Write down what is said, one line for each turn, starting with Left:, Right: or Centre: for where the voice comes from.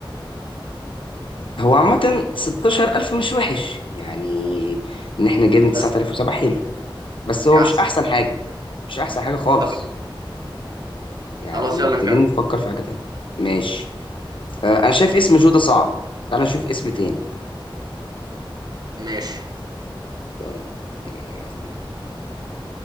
Left: هو عامة 16000 مش وحش يعني ان احنا جبنا 9007
Right: بس
Left: حلو بس هو
Right: يا
Left: مش
Right: احسن
Left: احسن حاجة مش احسن حاجة خالص
Right: طب
Left: يعني
Right: خلاص
Left: محتاجين
Right: يلا نكمل
Left: نفكر في حاجة تانية ماشي آه، انا شايف اسم جودة صعب تعال نشوف اسم تاني
Right: ماشي
Left: طيب آه،